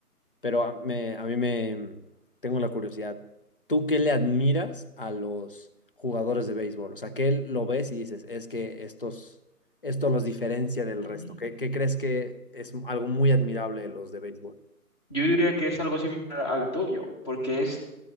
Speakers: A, on the left; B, on the left.
A: Pero a, me- a mí me tengo la curiosidad. ¿Tú qué le admiras a los jugadores de béisbol? O sea, ¿qué lo ves y dices, es que estos, esto los diferencia del
B: Ujú.
A: resto? ¿Qué, qué crees que es algo muy admirable de los de béisbol?
B: Yo diría que es algo similar al tuyo, porque es